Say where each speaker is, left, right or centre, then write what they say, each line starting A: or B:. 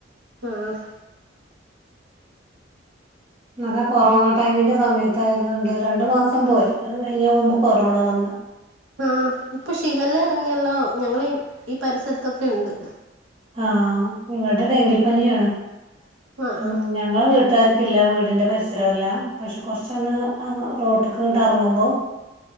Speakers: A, on the right; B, on the right.
A: ആഹ്
B: അതാ കൊറോണ ടൈമിന്റെ സമയത്തായതോണ്ട് രണ്ട് മാസം പോയി അത് കഴിഞ്ഞ മുമ്പ് കൊറോണ വന്ന
A: ആഹ ഇപ്പൊ ഷിഗല ഇറങ്ങിയല്ലോ ഞങ്ങളെ ഈ പരിസരത്തൊക്കെ ഉണ്ട്
B: ആഹ് ഇവിടെ ഡെങ്കിപ്പനിയാണ്
A: ആ
B: പി
A: ആ
B: ഞങ്ങ വീട്ട <unintelligible> ത്താർക്കില്ല വീടിന്റെ പരിസരമല്ലാ പക്ഷെ കൊർച്ചൊന്ന് അങ് റോട്ട്ക്ക് ങ്ങട്ട് ഏറ്ങ്ങുമ്പോ